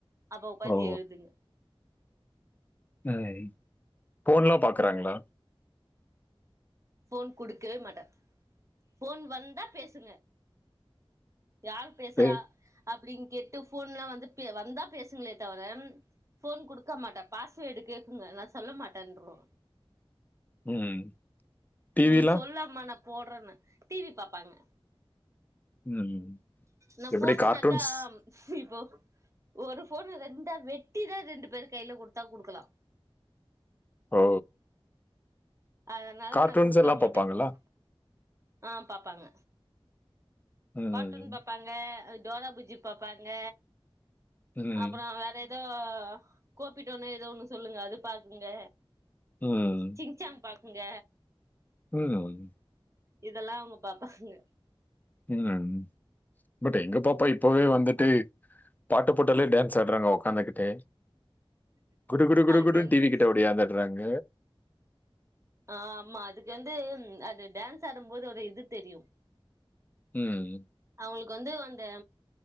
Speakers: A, on the right (about 30°); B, on the left (about 20°).
A: அப்ப உக்காந்தி
B: ஓ!
A: எழுதுங்க
B: ம் ஃபோன்லா பாக்குறாங்களா
A: ஃபோன் குடுக்கவே மாட்ட ஃபோன் வந்தா பேசுங்க யார் பேசறா
B: ஏய்,
A: அப்டின்னு கேட்டு போன்ல்லா வந்துட் பே வந்தா பேசுங்ளே தவர போன் குடுக்க மாட்டா பாஸ்வேர்டு கேக்குங்க நா சொல்ல மாட்டேன்ருவ
B: ம் டிவிலாம்
A: நீ சொல்லாம்மா நா போடறன்னு டி வி பாப்பாங்க
B: ம் ம்
A: நா
B: எப்படி
A: போனன்னாக்க
B: கார்ட்டூன்ஸ்
A: இப்போ ஒரு போன ரெண்டா வெட்டிதா ரெண்டு பேரு கைல குடுத்தா குடுக்கலா
B: ஓ
A: அதனால
B: கார்ட்டூன்ஸ்
A: நா குடுக்க
B: எல்லாம்
A: மாட்ட
B: பார்ப்பாங்களா
A: போன் ஆ பாப்பாங்க
B: ம்
A: கார்ட்டூன் பாப்பாங் ங்க டோரா பூஜ்ஜி பாப்பாங்க
B: ம்
A: அப்பறோ வேற எ ஏதோ கோப்பிட்டோனோ ஏதோ ஒன்னு சொல்லுங்க அது பாக்குங்க
B: ம்
A: சிங் சாங் பாக்குங்க
B: ம்
A: இதெல்லா அவுங்க பாப்பாங்க
B: ம் பட் எங்க பாப்பா இப்பவே வந்துட்டு பாட்டு போட்டாலே டான்ஸ் ஆடுறாங்க உக்காந்துகிட்டே குடு குடு குடு
A: அதுக்கு
B: குடுன்னு
A: வந்து
B: டி வி கிட்ட ஒடியாந்துறாங்க
A: ஆமா அதுக்கு வந்து அது டான்ஸ் ஆடும்போது ஒரு இது தெரியு
B: ம்
A: அவுங்களுக்கு வந்து அந்த